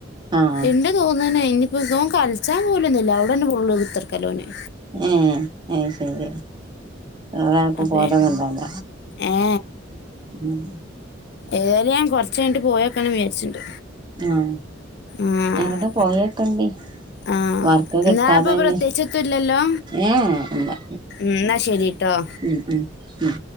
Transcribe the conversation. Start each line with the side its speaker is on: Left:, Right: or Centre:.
Right: ആഹ്
Left: ഇണ്ട് തോന്ന്ന്. ഇനിയിപ്പോ തോ ണ്ട് തോന്നുണ് ഓൻ കളിച്ചാ പോലൊന്നുല്ല അവിടന്നെഫുള്ള് കുത്തർക്കലോന്
Right: ഏ അഹ് ശെരി അഹകു
Left: അപ്പെ
Right: പോലകണ്ടല്ല...
Left: ഏ
Right: ഉം
Left: ഏതായാലും ഞാൻ കൊറച്ച് കഴിഞ്ഞിട്ട് പോയക്കണം വിചാരിച്ചിണ്ട്
Right: ആ
Left: ആഹ്
Right: എവിടെ പോയൊക്കേണ്ടി
Left: ആഹ്
Right: വർക്ക് കിട്ടാതെന്നെ
Left: എന്നാ ഇപ്പൊ പ്രത്യേകിച്ചൊത്തുല്ലല്ലോ
Right: ഏ എന്താ
Left: ഉം എന്നാ ശരിട്ടോ
Right: ഉം ഉം ഉം